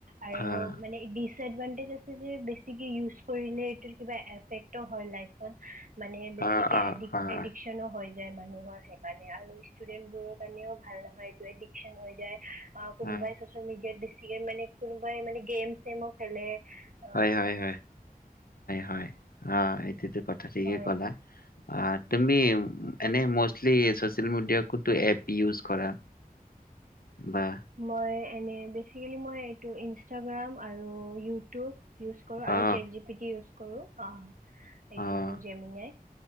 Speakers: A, on the right; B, on the left.
A: আৰু
B: অ',
A: মানে এডভাণ্টেজ আছে যে <inaudible> বেছিকে ইউচ কৰিলে ইটোৰ কিবা ইফেক্টো হয় লাইফট মানে বেছিকে
B: অ', অ',
A: এডিক
B: অ'।
A: এডিক্যনো হৈ যায় মানে মানুহৰ সেইকাৰণে আৰু ষ্টুডেন্ট বোৰৰ কাৰণেও ভাল নহয় এইটো এডিকচন হৈ যায় অ কোনোবাই
B: হয়,
A: চচিয়েল মিডিয়াত দি <inaudible> বেছিকে মানে কোনোবাই মানে গেম চেমো খেলে অ
B: হয়, হয়, হয় হয় অ এইটোতো কথা ঠিকেই
A: হয়
B: ক'লা অ তুমি এনে মষ্টলি ছচিয়েল মিডিয়া কোনটো এপ ইউচ কৰা বা
A: মই এনে বেচিকেলি মই এইটো ইনষ্টাগ্ৰাম আৰু ইটিউব ইউজ কৰো আৰু
B: অ'।
A: Chat G P T use কৰো অ এইটো
B: অ',
A: জেমিনাই